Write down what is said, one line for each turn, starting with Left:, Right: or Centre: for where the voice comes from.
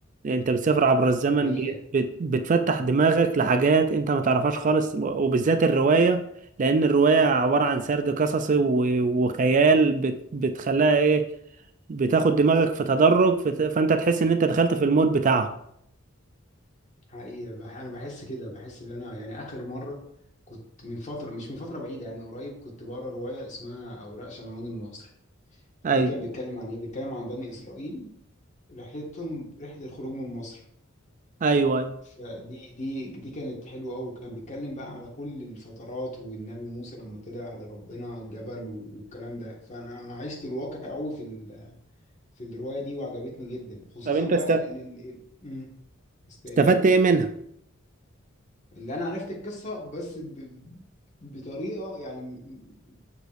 Right: انت بتسافر عبر الزمن
Left: حقيقه
Right: ب- بت- بتفتح دماغك لحاجات انت ما تعرفهاش خالص وبالذات الرواية لان الرواية عبارة عن سرد قصصي و- وخيال بت- بتخليها ايه بتاخد دماغك في تدرج فت- فانت تحس ان انت دخلت في المود بتاعه
Left: حقيقة بح أنا بحس كده بحس إن أنا يعني آخر مرة كنت من فترة مش من فترة بعيدة يعني قريب كنت بقرا رواية اسمها أوراق شمعون المصري
Right: ايوه
Left: دي كان بيتكلم عن إيه؟ بيتكلم عن بني إسرائيل رحلتهم رحلة الخروج من مصر
Right: ايوه ايوه
Left: فدي دي دي كانت حلوة أوي كان بيتكلم بقى على كل الفترات والنبي موسى لما طلع لربنا الجبل والكلام ده فأنا أنا عشت الواقع أوي في ال- في الرواية دي وعجبتني جدا خصوصا
Right: طب انت
Left: بقى
Right: است-
Left: لل... ال- مم. است
Right: استفدت
Left: إيه؟
Right: ايه منها؟
Left: اللي انا عرفت القصه بس ب... بطريقه يعني م-